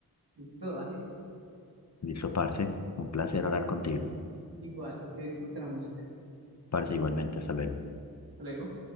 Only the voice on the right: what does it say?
Listo, dale.
Igual, que disfruten la música.
Hasta luego.